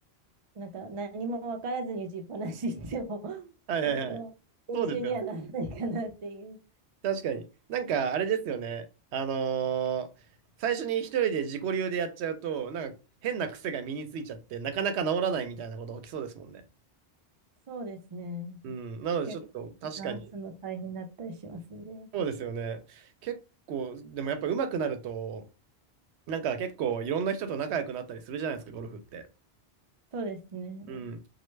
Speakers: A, on the right; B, on the right.
A: なんか、何も分からずに打ちっぱなし行っても <laughs>
B: はいはいはい。
A: ちょっと、練習にはならないかなっていう。
B: そうですよね。確かに。なんか、あれですよね。あのー最初に一人で自己流でやっちゃうと、なんか変な癖が身についちゃって、なかなか治らないみたいなこと起きそうですもんね。
A: そうですね。
B: うん。なので、
A: 結構、
B: ちょっと、確かに。
A: ンスの大変だったりしますんで。
B: そうですよね。結構、でもやっぱ上手くなると、なんか結構いろんな人と仲良くなったりするじゃないですか、ゴルフって。
A: そうですね。
B: うん。